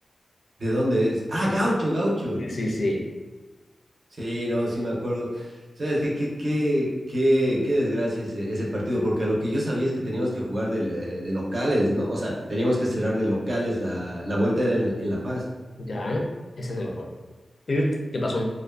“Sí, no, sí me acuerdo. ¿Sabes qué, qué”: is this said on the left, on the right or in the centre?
Right